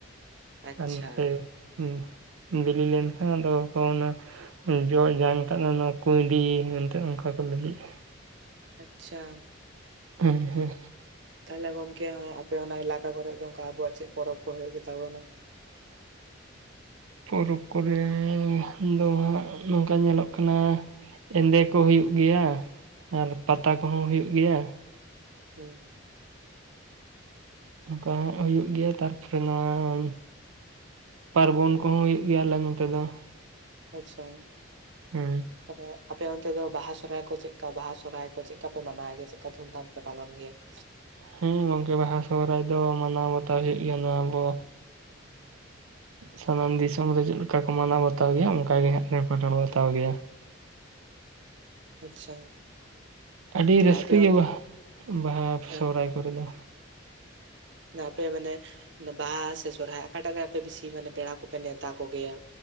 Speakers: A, on the right; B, on the right.
A: ᱟᱪᱪᱷᱟ
B: ᱮᱱᱛᱮ ᱦᱩᱸ ᱵᱤᱞᱤ ᱞᱮᱱ ᱠᱷᱟᱱ ᱟᱫᱚ ᱠᱚ ᱚᱱᱟ ᱡᱚ ᱡᱟᱝᱛᱟᱜᱱᱟ ᱱᱚᱣᱟ ᱠᱩᱸᱭᱰᱤ ᱮᱱᱛᱮᱜ ᱚᱱᱠᱟ ᱠᱚ ᱞᱟ. ᱜᱤᱫ ᱾
A: ᱟᱪᱪᱷᱟ
B: ᱦᱮᱸ ᱦᱮᱸ
A: ᱛᱟᱦᱚᱞᱮ ᱜᱚᱝᱠᱮ ᱟᱯᱮ ᱚᱱᱟ ᱮᱞᱟᱠᱟ ᱠᱚᱨᱮ ᱫᱚ ᱚᱝᱠᱟ ᱟᱵᱚᱣᱟᱜ ᱪᱮᱫ ᱯᱚᱨᱚᱵᱽ ᱠᱚ ᱦᱩᱭᱩᱜ ᱜᱮᱛᱟᱵᱚᱱᱟ?
B: ᱯᱚᱨᱚᱵᱽ ᱠᱚᱨᱮ ᱫᱚ ᱱᱚᱝᱠᱟ ᱧᱮᱞᱚᱜ ᱠᱟᱱᱟ ᱮᱸᱫᱮ ᱠᱚ ᱦᱩᱭᱩᱜ ᱜᱮᱭᱟ ᱟᱨ ᱯᱟᱛᱟ ᱠᱚᱦᱚᱸ ᱦᱩᱭᱩᱜ ᱜᱮᱭᱟ ᱾
A: ᱦᱮᱸ
B: ᱚᱱᱠᱟ ᱦᱟᱸᱜ ᱦᱩᱭᱩᱜ ᱜᱮᱭᱟ ᱛᱟᱨᱯᱚᱨᱮ ᱱᱚᱣᱟ ᱯᱟᱨᱵᱚᱱ ᱠᱚᱦᱚᱸ ᱦᱩᱭᱩᱜ ᱜᱮᱭᱟ ᱟᱞᱮ ᱱᱚᱛᱮ ᱫᱚ ᱾
A: ᱟᱪᱪᱷᱟ
B: ᱦᱮᱸ
A: ᱟᱫᱚ ᱟᱯᱮ ᱚᱱᱛᱮ ᱫᱚ ᱵᱟᱦᱟ ᱥᱚᱨᱦᱟᱭ ᱠᱚ ᱪᱮᱫᱠᱟ ᱵᱟᱦᱟ ᱥᱚᱨᱦᱟᱭ ᱠᱚ ᱪᱮᱫᱠᱟ ᱯᱮ ᱢᱟᱱᱟᱣ ᱜᱮᱭᱟ ᱪᱮᱫᱠᱟ ᱫᱷᱩᱢᱫᱷᱟᱢ ᱯᱮ ᱯᱟᱞᱚᱱ ᱜᱮᱭᱟ <inaudible>
B: ᱦᱮᱸ ᱜᱚᱝᱠᱮ ᱵᱟᱦᱟ ᱥᱚᱦᱚᱨᱟᱭ ᱫᱚ ᱢᱟᱱᱟᱣ ᱵᱟᱛᱟᱣ ᱦᱩᱭᱩᱜ ᱜᱮᱭᱟ ᱱᱚᱣᱟ ᱟᱵᱚᱼᱼ ᱥᱟᱱᱟᱢ ᱫᱤᱥᱚᱢ ᱨᱮ ᱪᱮᱫ ᱞᱮᱠᱟ ᱠᱚ ᱢᱟᱱᱟᱣ ᱵᱟᱛᱟᱣ ᱜᱮᱭᱟ ᱚᱱᱠᱟᱜ ᱜᱮ ᱦᱟᱸᱜ ᱞᱮ ᱢᱟᱱᱟᱣ ᱵᱟᱛᱟᱣ ᱜᱮᱭᱟ
A: ᱟᱪᱪᱷᱟ
B: ᱟᱹᱰᱤ
A: ᱛᱟᱦᱞᱮ
B: ᱨᱟᱹᱥᱠᱟᱹ
A: ᱟᱯᱮ
B: ᱜᱮ
A: ᱚᱱᱛᱮ
B: ᱵᱟᱦᱟ
A: ᱦᱮᱸ
B: ᱥᱚᱦᱨᱟᱭ ᱠᱚᱨᱮ ᱫᱚ
A: ᱟᱯᱮ ᱢᱟᱱᱮ ᱵᱟᱦᱟ ᱥᱮ ᱥᱚᱨᱦᱟᱭ ᱚᱴᱟᱜ ᱨᱮ ᱟᱯᱮ ᱵᱮᱥᱤ ᱢᱟᱱᱮ ᱯᱮᱲᱟ ᱠᱚᱯᱮ ᱱᱮᱣᱛᱟ ᱠᱚ ᱜᱮᱭᱟ